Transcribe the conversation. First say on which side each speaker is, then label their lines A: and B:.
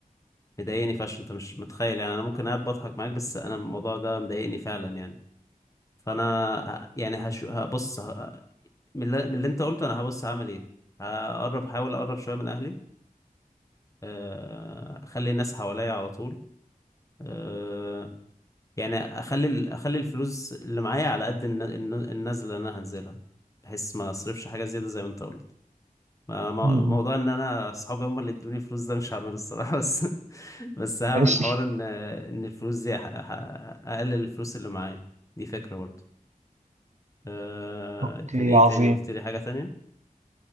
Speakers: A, on the left; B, on the right.
A: مضايقني فشخ انت مش متخيل يعني انا ممكن قاعد بضحك معاك بس انا الموضوع ده مضايقني فعلا يعني فانا يعني هش... هبص ه... من اللي... من اللي انت قلته انا هبص هعمل ايه هقرب حاول اقرب شوية من اهلي آه، اخلي الناس حواليا على طول آه، يعني اخلي ال- اخلي الفلوس اللي معايا على قد الن- الن- النزله اللي انا هنزلها بحيث ما اصرفش حاجه زياده زي ما انت قلت ما- ما-
B: مم.
A: موضوع ان انا اصحابي هم اللي ادوني الفلوس ده مش هعمله الصراحه <laughs> بس بس هعمل
B: ماشي
A: حوار ان ان الفلوس دي أح- أح- اقلل الفلوس اللي معايا دي فكره برضو أه
B: اوكي
A: كان ايه
B: عظيم
A: تاني قلت لي حاجه تانية